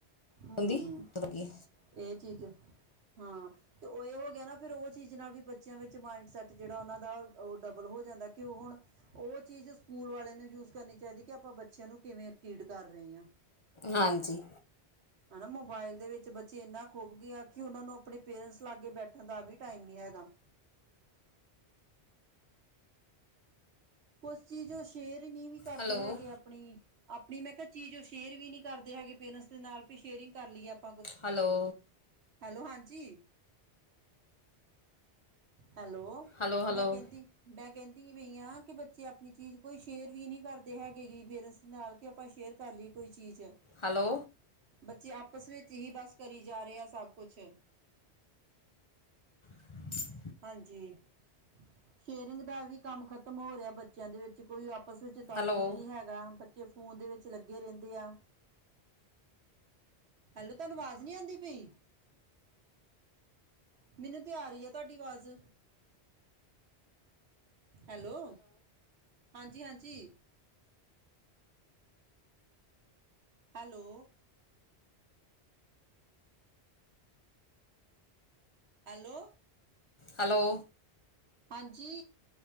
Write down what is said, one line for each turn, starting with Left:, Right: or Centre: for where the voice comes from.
Right: ਹਮ
Left: ਦੀਗੀ
Right: ਇਹ ਚੀਜ਼ ਹਾਂ ਤੇ ਇਹ ਹੋ ਗਿਆ ਨਾ ਫਿਰ ਉਹ ਚੀਜ਼ ਨਾਲ ਵੀ ਬੱਚਿਆਂ ਵਿੱਚ ਮਾਇੰਡ ਸੈਟ ਜਿਹੜਾ ਉਹਨਾਂ ਦਾ ਉਹ ਡਬਲ ਹੋ ਜਾਂਦਾ ਕਿ ਹੁਣ ਉਹ ਚੀਜ਼ ਸਕੂਲ ਵਾਲਿਆਂ ਨੂੰ ਯੂਜ ਕਰਨੀ ਚਾਹੀਦੀ ਕਿ ਆਪਾਂ ਬੱਚਿਆਂ ਨੂੰ ਕਿਵੇਂ ਟ੍ਰਰੀਟ ਕਰ ਰਹੇ ਹਾਂ
Left: ਹਾਂਜੀ
Right: ਹਨਾ ਮੋਬਾਇਲ ਦੇ ਵਿੱਚ ਇਨਾ ਖੁਬ ਗਿਆ ਕਿ ਉਹਨਾਂ ਨੂੰ ਆਪਣੇ ਪੇਰੈਂਟਸ ਲਾਗੇ ਬੈਠਣ ਦਾ ਵੀ ਟਾਈਮ ਨੀ ਹੈਗਾ ਕੋਸੀੀ ਜੋ ਸ਼ਛੇਰ ਨੀ ਵੀ ਕਰਦੇ
Left: ਹੈਲੋ
Right: ਹੈਗੇ ਆਪਣੀ ਆਪਣੀ ਮੈਂ ਕਿਹਾ ਚੀਜ਼ ਉਹ ਸ਼ੇਅਰ ਵੀ ਨਹੀਂੀ ਕਰਦੇ ਹੈਗੇ ਪੇਰੈਂਟਸ ਦੇ ਨਾਲ ਵੀ ਸ਼ੇਅਰਿੰਗ ਕਰ ਲਈਏ ਆਪ
Left: ਹੈਲੋ
Right: ਹੈਲੋ ਹਾਂਜੀ ਹੈਲੋ
Left: ਹੈਲੋ ਹੈਲੋ
Right: ਮੈਂ ਕਹਿੰਦੀ ਕਹਿੰਦੀ ਪਈਆ ਕਿ ਬੱਚੇ ਆਪਣੀ ਚੀਜ਼ ਕੋਈ ਸ਼ੇਅਰ ਵੀ ਨਹੀਂੀ ਕਰਦੇ ਹੈਗੇਗੀ ਪੇਰੈਂਟਸ ਨਾਲ ਕਿ ਆਪਾਂ ਸ਼ੇਅਰ ਕਰ ਲਈਏ ਕੋਈ ਚੀਜ਼
Left: ਹੈਲੋ
Right: ਬੱਚੇ ਆਪਸ ਵਿੱਚ ਹੀ ਬਸ ਕਰੀ ਜਾ ਰਹੇ ਆ ਸਭ ਕੁਛ
Left: <inaudible>
Right: ਹਾਂਜੀ ਸ਼ੇਅਰਿੰਗ ਦਾ ਵੀ ਕੰਮ ਖਤਮ ਹੋ ਰਿਹਾ ਬੱਚਿਆਂ ਦੇ ਵਿੱਚ ਕੋਈ ਆਪਸ ਵਿੱਚ ਤਾਲਮੇਲ
Left: ਹੈਲੋ
Right: ਨੀ ਹੈਗਾ ਜੇ ਫੋਨ ਦੇ ਵਿੱਚ ਲੱਗੇ ਰਹਿੰਦੇ ਆ ਹੈਲੋ ਤੁਹਾਨੂੰ ਆਵਾਜ਼ ਨਹੀਂੀ ਆਉਂਦੀ ਪਈ ਮੈਨੂੰ ਤਾਂ ਆ ਰਹੀ ਰਹੀ ਹੈ ਤੁਹਾਡੀ ਆਵਾਜ਼ ਹੈਲੋ ਹਾਂਜੀ ਹਾਂਜੀ ਹੈਲੋ ਹੈਲੋ
Left: ਹੈਲੋ
Right: ਹਾਂਜੀ